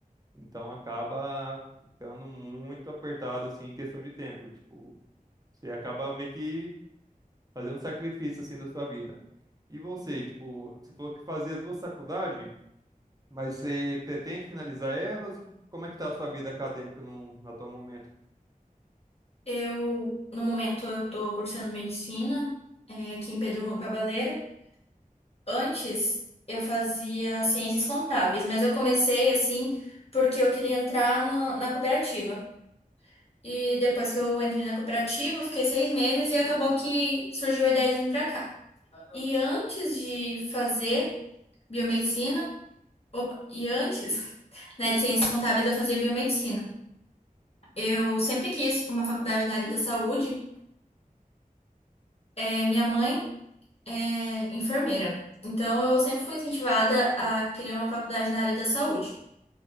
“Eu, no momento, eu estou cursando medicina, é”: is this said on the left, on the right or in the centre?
Left